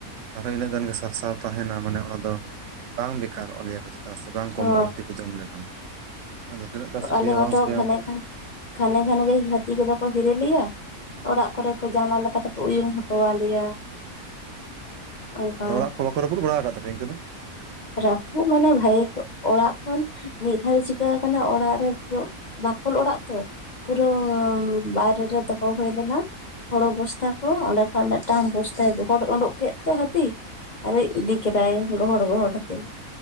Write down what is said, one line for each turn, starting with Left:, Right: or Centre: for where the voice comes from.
Right: ᱟᱨᱦᱚᱸ ᱤᱱᱟᱹᱜ ᱜᱟᱱ ᱜᱮ ᱥᱟᱨᱥᱟᱣ ᱛᱟᱦᱮᱱᱟ ᱢᱟᱱᱮ ᱚᱱᱟ ᱫᱚ ᱵᱟᱝ ᱵᱮᱠᱟᱨᱚᱜᱼᱟ ᱞᱟᱹᱭᱟ ᱠᱚ ᱪᱮᱛᱟ ᱥᱮ ᱵᱟᱝ ᱠᱚᱢᱚᱜᱼᱟ
Left: ᱚ
Right: ᱦᱟᱹᱛᱤ ᱠᱚ ᱡᱚᱢ ᱞᱮᱠᱷᱟᱱ ᱟᱫᱚ ᱛᱤᱱᱟᱹᱜᱴᱟ ᱥᱟᱹᱨᱤᱭᱟ
Left: ᱟᱞᱮ ᱢᱟᱛᱚ
Right: ᱵᱟᱝ ᱥᱟᱹᱨᱤᱭᱟ
Left: ᱜᱷᱟᱱᱮ
Right: ᱨᱮᱱᱟᱜ
Left: ᱜᱷᱟᱱ ᱜᱷᱟᱱᱮ ᱜᱷᱟᱱᱮ ᱜᱮ ᱦᱟᱹᱛᱤ ᱠᱚᱫᱚ ᱠᱚ ᱦᱤᱨᱤ ᱞᱮᱭᱟ ᱚᱲᱟᱜ ᱠᱚᱨᱮ ᱠᱚ ᱡᱟᱱᱟᱞᱟ ᱞᱮᱠᱟᱛᱮ ᱠᱚ ᱩᱭᱩ ᱦᱚᱴᱚ ᱟᱞᱮᱭᱟ ᱚᱱᱠᱟ
Right: ᱟᱫᱚᱲᱟᱜ ᱠᱚ ᱵᱟᱠᱚ ᱨᱟᱹᱯᱩᱫ ᱵᱟᱲᱟ ᱟᱠᱟᱫᱟ ᱤᱱᱠᱟᱹ ᱫᱚ
Left: ᱨᱟᱹᱯᱩᱫ ᱢᱟᱱᱮ ᱵᱷᱟᱜᱮ ᱚᱲᱟᱜ ᱠᱷᱚᱱ ᱢᱤᱫ ᱫᱷᱟᱣ ᱪᱤᱠᱟ ᱟᱠᱟᱱᱟ ᱚᱲᱟᱜ ᱨᱮ ᱯ ᱵᱟᱠᱷᱳᱞ ᱚᱲᱟᱜ ᱛᱚ ᱯᱩᱨᱟᱹ ᱵᱟᱭᱨᱮ ᱨᱮ ᱫᱚᱦᱚ ᱦᱩᱭ ᱞᱮᱱᱟ ᱦᱳᱲᱳ ᱵᱚᱥᱛᱟ ᱠᱚ ᱚᱸᱰᱮ ᱠᱷᱚᱱ ᱢᱤᱫᱴᱟᱝ ᱵᱚᱥᱛᱟᱭ ᱜᱚᱦᱚᱲ ᱩᱰᱩᱠ ᱠᱮᱫ ᱛᱮ ᱦᱟᱹᱛᱤ ᱟᱨᱮ ᱤᱫᱤ ᱠᱮᱫᱟᱭ ᱜᱚᱦᱚᱲ ᱜᱚᱦᱚᱲ ᱠᱟᱛᱮ